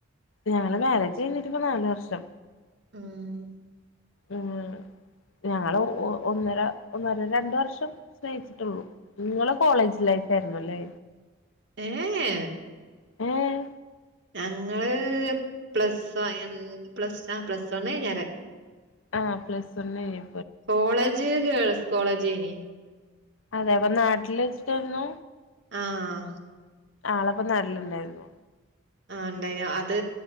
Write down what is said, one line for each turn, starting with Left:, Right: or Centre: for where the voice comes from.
Left: ഞങ്ങളെ മാരേജ് കഴിഞ്ഞിട്ട് ഇപ്പോ നാല് വർഷം.
Right: ഉം.
Left: ആഹ്. ഞങ്ങള് ഒ ഒന്നര ഒന്നര രണ്ട് വർഷം സ്നേഹിച്ചിട്ടൊള്ളൂ. ഇങ്ങളെ കോളേജ് ലൈഫ് ആരുന്നുല്ലേ.
Right: ഏഹ്ഏ.
Left: ഏഹ്.
Right: ഞങ്ങള് പ്ലസ് വയൻ പ്ലസ് അ പ്ലസ് വണ്ണ്ഴ്ഞ്ഞരേ.
Left: ആ പ്ലസ് വണ്ണെനു.
Right: കോളേജ് ഗേൾസ് കോളേജേനി.
Left: അതെ അപ്പൊ നാട്ടിൽ വെച്ചിട്ടെരുന്നു.
Right: ആഹ്.
Left: ആളപ്പ നല്ലുണ്ടായിരുന്നു.
Right: ആഹ് ഉണ്ടായിനു അത്